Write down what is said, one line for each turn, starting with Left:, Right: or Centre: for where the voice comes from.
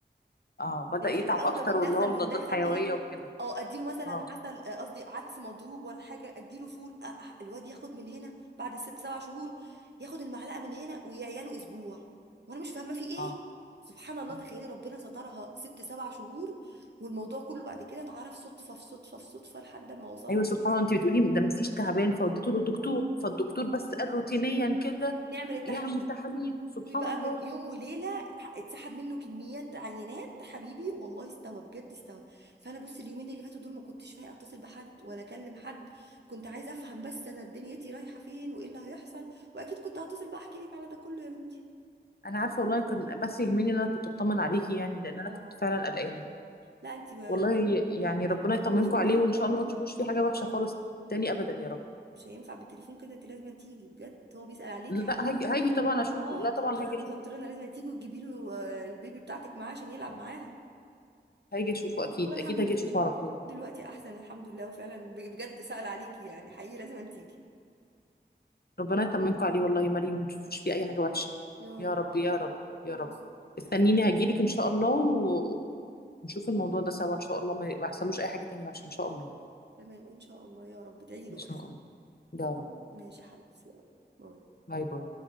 Left: اه بدأ
Right: لان
Left: يتعب
Right: احنا اول
Left: اكتر
Right: ما بندخل
Left: واللي هو مضادات
Right: بندخل
Left: حيوية
Right: ايه
Left: وكده
Right: اه اديله مثلا
Left: اه
Right: عسل آه، قصدي عدس مضروب ولا حاجه اديله فول آه، آه، الواد ياخد من هنا بعد ست سبع شهور ياخد المعلقه من هنا ويعياله اسبوع وانا مش فاهمه في ايه
Left: اه
Right: سبحان الله
Left: آه.
Right: تخيلي ربنا سترها ست سبع شهور والموضوع كله بعد كده اتعرف صدفه في صدفه في صدفه لحد ما وصلنا
Left: ايوه سبحان الله انت بتقولي ده مفيش تعبان فوديته للدكتور
Right: والله
Left: فالدكتور
Right: والله العظيم
Left: بس قال روتينيا كده
Right: نعمل التحليل
Left: يعمل تحاليل سبحان
Right: طوي بقى
Left: الله
Right: من يوم وليله ح- اتسحب منه كميات عينات حبيبي والله استوى بجد استوى فانا بص اليومين اللي فاتوا دول ما كنتش فايقه اتصل بحد ولا اكلم حد كنت عايزه افهم بس انا دنيتي رايحه فين وايه اللي هيحصل واكيد كنت هتصل بقى احكي لك على ده كله يا بنتي
Left: انا عارفه والله كان بس يهمني ان انا كنت اطمن عليكي يعني لان انا
Right: اه
Left: كنت فعلا قلقانه
Right: لا انت ما-
Left: والله يعني
Right: بال-
Left: ربنا
Right: بالتليفون
Left: يطمنكم عليه
Right: كده
Left: وان شاء الله ما تشوفوش فيه حاجه وحشه خالص تاني ابدا يا رب
Right: مش هينفع بالتليفون كده انت لازم تيجي بجد هو بيسأل عليكي
Left: لا
Right: حتى
Left: هاجي هاجي طبعا اشوفه
Right: اه
Left: لا
Right: طنطرانه
Left: طبعا هاجي اشوفه
Right: طنطرانه لازم تيجي وتجيبي له آه، البيبي بتاعتك معاه عشان يلعب معاها
Left: هاجي اشوفه اكيد
Right: هو الحمد
Left: اكيد هاجي
Right: لله
Left: اشوفه
Right: دل...
Left: على طول
Right: دلوقتي احسن الحمد لله وفعلا بج- بجد سأل عليكي يعني حقيقي لازم أن تيجي
Left: ربنا يطمنكم عليه والله يا مريم وما تشوفوش فيه اي حاجه وحشه
Right: يا
Left: يا
Right: رب
Left: رب
Right: يا حبيبي
Left: يا رب يا
Right: خلاص
Left: رب استنيني
Right: بس.
Left: هجيلك ان شاء الله و- ونشوف الموضوع ده سوا ان شاء الله ما ما يحصلوش اي حاجه تانية وحشه ان شاء الله
Right: تمام ان شاء الله يا رب ادعي له
Left: إن شاء
Right: بس
Left: الله يا رب
Right: ماشي يا حبيبتي يلا باي
Left: باي باي